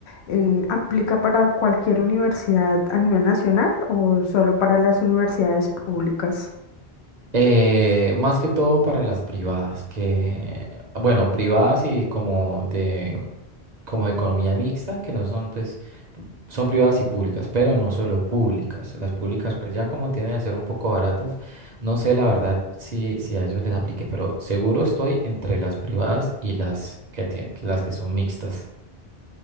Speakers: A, on the left (about 80°); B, on the right (about 45°).
A: eh, aplica para cualquier universidad a nivel nacional o solo para las universidades públicas.
B: Eh, más que todo para las privadas, que, bueno, privadas y como de, como de economía mixta, que no son, pues, son privadas y públicas, pero no solo públicas. Las públicas, pues, ya como tienen a ser un poco baratas, no sé la verdad si, si a ellos les aplique, pero seguro estoy entre las privadas y las que tie- las que son mixtas.